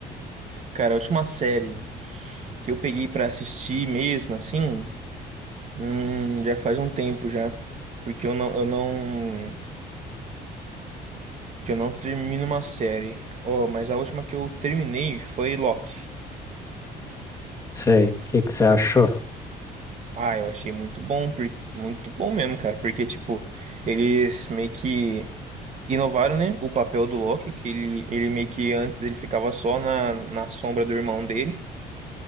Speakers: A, on the right; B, on the left.
A: cara, a última série que eu peguei pra assistir mesmo, assim, hum, já faz um tempo já, porque eu não, eu não, que eu não termino uma série. Oh, mas a última que eu terminei foi Loki.
B: Sei, o que que você achou?
A: Ah, eu achei muito bom, por- muito bom mesmo, cara, porque tipo, eles meio que inovaram, né, o papel do Loki, que ele, ele meio que antes ele ficava só na, na sombra do irmão dele.